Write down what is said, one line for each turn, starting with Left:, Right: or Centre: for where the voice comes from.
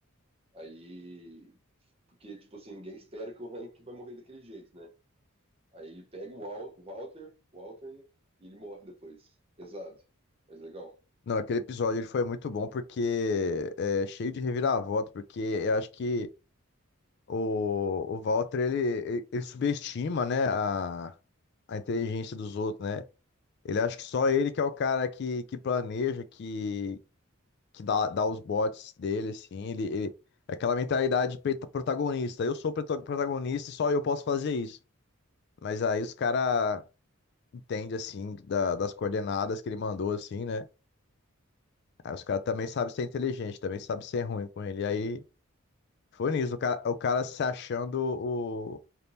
Right: Aí, porque, tipo assim, ninguém espera que o Hank vai morrer daquele jeito, né? Aí ele pega o Wal- o Walter, o Walter, né? E ele morre depois. Pesado, mas legal.
Left: Não, aquele episódio ele foi muito bom porque é cheio de reviravolta, porque eu acho que O, o Walter, ele, ele, ele subestima, né, a, a inteligência dos outros, né? Ele acha que só ele que é o cara que, que planeja, que, que dá, dá os botes dele, assim. Ele, ele- é aquela mentalidade pe- protagonista. Eu sou o prota- protagonista e só eu posso fazer isso. Mas aí os caras entendem, assim, da- das coordenadas que ele mandou, assim, né? Aí os caras também sabem ser inteligente, também sabem ser ruim com ele. E aí foi nisso, o cara, o cara se achando